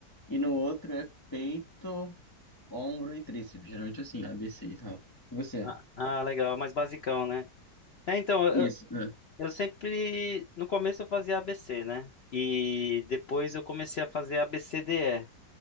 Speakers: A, on the left; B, on the left.
A: E no outro é peito, ombro e tríceps. Geralmente assim, A ABC e tal. E você?
B: Ah, ah, legal, mais basicão, né? É, então,
A: Isso, né?
B: Eu sempre, no começo eu fazia ABC, né? E depois eu comecei a fazer ABCDE,